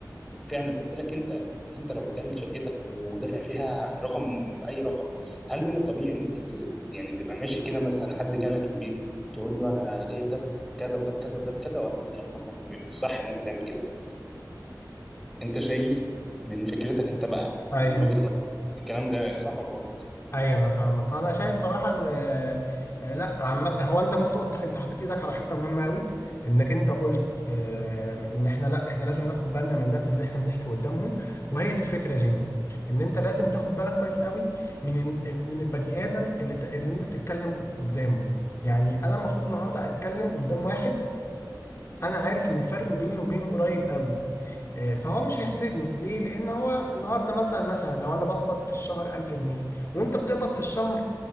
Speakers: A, in the centre; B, on the left (about 40°).
A: فعلا قلت لك انت انت لو بتعمل شقتك ودافع فيها رقم اي رقم هل من الطبيعي ان انت ت- يعني تبقى ماشي كده مثلا حد جالك البيت تقول له انا جايب ده بكذا وده بكذا وده بكذا ولا انت اصلا م- م- مش صح ان انت تعمل كده انت شايف من فكرتك انت بقى
B: ايوه
A: من وجهة نظرك الكلام ده صح ولا غلط
B: ايوه انا فاهمك انا شايف صراحه ان آه، لا عم... هو انت بص قلت انت حطيت ايدك على حته مهمه قوي انك انت قلت آه، ان احنا لا احنا لازم ناخد بالنا من الناس اللي احنا بنحكي قدامهم وهي دي الفكره يا جيمي ان انت لازم تاخد بالك كويس قوي من من البني ادم اللي ت... اللي انت بتتكلم قدامه يعني انا المفروض النهارده اتكلم قدام واحد انا عارف ان الفرق بيني وبينه قريب قوي آه، فهو مش هيحسدني ليه لان هو النهارده مثلا مثلا لو انا بقبض في الشهر 1000 جنيه وانت بتقبض في الشهر